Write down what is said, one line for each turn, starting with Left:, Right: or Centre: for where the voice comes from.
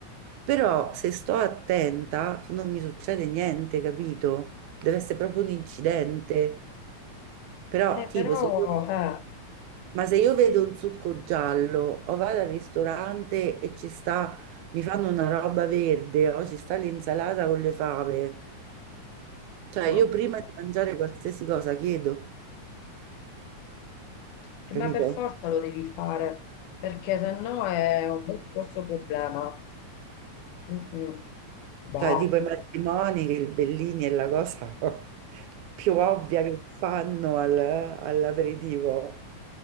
Right: però se sto attenta non mi succede niente, capito? Deve essere proprio un incidente. Però tipo
Left: però,
Right: se io
Left: eh,
Right: ma se io vedo un succo giallo o vado al ristorante e ci sta, mi fanno una roba verde o ci sta l'insalata con le fave, cioè
Left: mamma
Right: io prima
Left: mia.
Right: di mangiare qualsiasi cosa chiedo,
Left: Eh,
Right: capito?
Left: ma per forza lo devi fare, perché se no è un bel grosso problema. Mm-mm. Boh,
Right: Cioè tipo i matrimoni, che il Bellini è la cosa <laughs> più ovvia che fanno al- all'aperitivo.